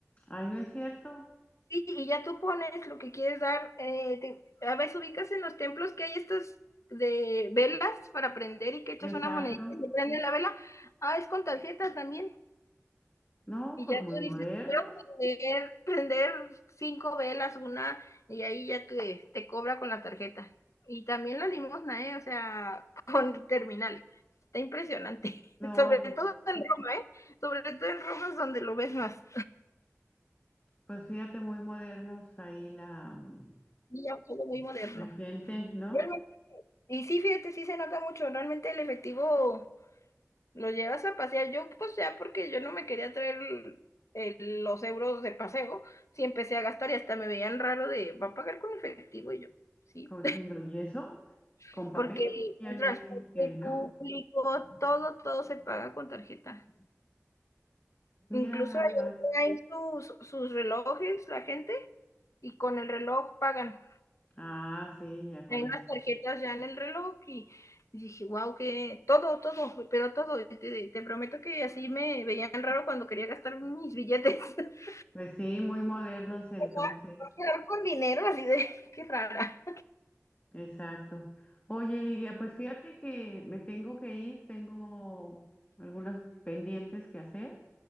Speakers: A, on the left; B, on the left.
A: Ay, ¿no es cierto?
B: Sí, y ya tú pones lo que quieres dar. eh, te- a veces ubicas en los templos que hay estas de velas para prender y que echas
A: Exacto.
B: una monedita y se prende la vela. Ah, es con tarjeta también.
A: No,
B: Y
A: pues
B: ya
A: muy
B: tú dices,
A: modernos.
B: quiero prender, prender cinco velas, una, y ahí ya te, te cobra con la tarjeta. Y también la limosna, ¿eh? O sea, <laughs> con terminal. Está impresionante.
A: No,
B: <laughs> Sobre
A: pues,
B: todo en Roma, ¿eh? Sobre todo en Roma es donde lo ves más.
A: pues fíjate, muy modernos ahí la, mm,
B: Y ya todo muy moderno.
A: la gente, ¿no?
B: Realmente, y sí, fíjate, sí se nota mucho. Realmente el efectivo Lo llevas a pasear. Yo, pues ya, porque yo no me quería traer el- los euros de paseo, sí empecé a gastar y hasta me veían raro de, ¿va a pagar con efectivo? Y yo, sí,
A: Como diciendo, ¿y eso?
B: <laughs>
A: Con papel
B: porque
A: ya
B: el
A: no
B: transporte
A: existe, ¿no?
B: público, todo, todo se paga con tarjeta.
A: Mira
B: Incluso
A: nada
B: ahí
A: más.
B: traen sus, sus relojes la gente y con el reloj pagan.
A: Ah, sí, ya con
B: Traen
A: eso.
B: las tarjetas ya en el reloj y y dije, wow, que todo, todo, pero todo. Te, te prometo que así me veían raro cuando quería gastar mis billetes. <laughs>
A: Pues sí, muy modernos entonces.
B: O sea, quedar con dinero, así de <laughs> qué rara.
A: Exacto. Oye, Lidia, pues fíjate que me tengo que ir, tengo algunos pendientes que hacer,